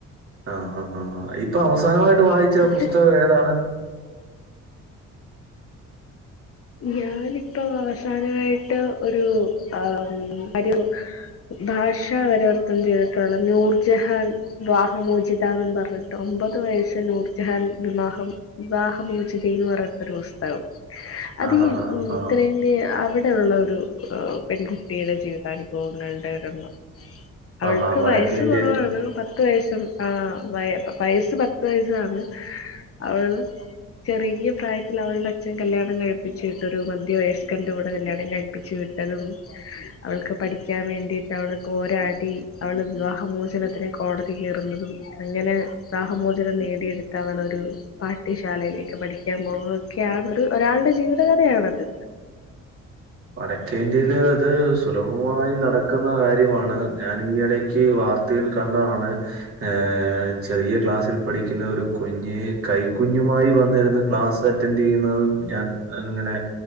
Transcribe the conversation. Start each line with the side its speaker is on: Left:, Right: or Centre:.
Right: ആഹ് ആഹ് ആഹ് ഇപ്പൊ അവസാനമായിട്ട് വായിച്ച
Left: അത്
Right: പുസ്തകം ഏതാണ്
Left: ഞാനിപ്പോ അവസാനായിട്ട് ഒരു ആഹ് ഒരു ഭാഷാ പരിവർത്തനം ചെയ്തിട്ടുള്ള നൂർജഹാൻ വിവാഹമോചിതാന്നും പറഞ്ഞിട്ട് ഒമ്പത് വയസ്സ് നൂർജഹാൻ വിവാഹം വിവാഹമോചിതേന്ന് പറഞ്ഞ്ട്ടൊരു പുസ്തകം അത്
Right: ആഹാഹാ.
Left: ഈ ഉം
Right: ആഹ്. ആഹ്
Left: ഉത്തരേന്ത്യ അവിടെ ഉള്ളൊരു പെൺകുട്ടിയുടെ ജീവിതാനുഭവങ്ങളുടെ ഒരെണ്ണം അവൾക്ക്
Right: ആഹ്. ആഹാ. വടക്കേന്ത്യൻ
Left: വയസ്സ് കൊറവാണ് പ ത്ത് വയസ്സും ആ വയ വയസ്സ് പത്ത് വയസ്സാണ് അവള് ചെറിയ്യ പ്രായത്തിൽ അവള്ടെ അച്ഛൻ കല്ല്യാണം കഴി പ്പിച്ചു വിട്ടൊരു മധ്യവയസ്കന്റെ കൂടെ കല്ല്യാണം കഴപ്പിച്ച് വിട്ടതും അവൾക്ക് പഠിക്കാൻ വേണ്ടിയിട്ട് അവൾ പോരാടി അവള് വിവാഹമോചനത്തിന് കോടതി കേറുന്നതും അങ്ങനെ വിവാഹമോചനം നേടിയെടുത്ത അവളൊരു പാഠ്യശാലയിലേക്ക് പഠിക്കാൻ പോവൊക്കെയാണ് ഒരു ഒരാളുടെ ജീവി ത കഥയാണത്.
Right: വടക്കേന്ത്യയില് അത് സുലഭഭമായി നട ക്കുന്ന കാര്യമാണ് ഞാൻ ഈയിടേക്ക് വാർത്തയിൽ കണ്ടതാണ്. ഏ ചെറിയ ക്ലാസ്സിൽ പഠിക്കുന്ന ഒരു കുഞ്ഞ് കൈക്കുഞ്ഞുമായി വന്നിരുന്ന ക്ലാസ് അറ്റൻഡ് ചെയ്യുന്നതും ഞാൻ ഇങ്ങനേ